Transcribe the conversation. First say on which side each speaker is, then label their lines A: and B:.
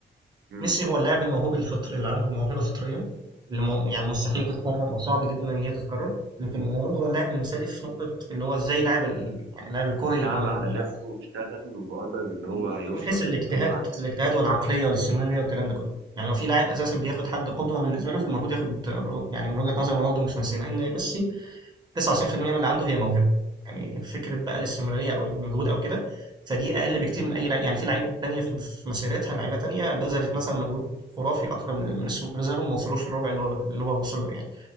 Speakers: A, on the right; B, on the right.
A: <laughs>
B: ميسي هو اللاعب الموهوب الفطري اللي عنده موهبه فطريه اللي م- يعني مستحيل
A: مم.
B: تتكرر او صعب جدا ان هي تتكرر لكن رونالدو هو اللاعب المثالي في نقطه اللي هو ازاي لاعب ال... يعني لاعب الكوره يبقى
A: تعب
B: مو...
A: على نفسه واشتغل وقدر ان
B: يعني
A: هو يوصل
B: من حيث الاجتهاد
A: للي هو عايزه
B: الاجتهاد والعقليه
A: اه
B: والاستمراريه والكلام ده كله يعني لو في لاعب اساسا بياخد حد قدوه بالنسبه له فالمفروض ياخد رو- يعني من وجهه نظر رونالدو مش ميسي لان ميسي 99% من اللي عنده هي موهبه يعني فكره بقى الاستمراريه او المجهود او كده فدي اقل بكتير من اي لعيب يعني في لعيبه تانية في في مسيرتها لعيبه تانية بذلت مثلا مجهود خرافي اكتر من اللي بذله وما وصلوش للربع اللي هو اللي هو وصل له يعني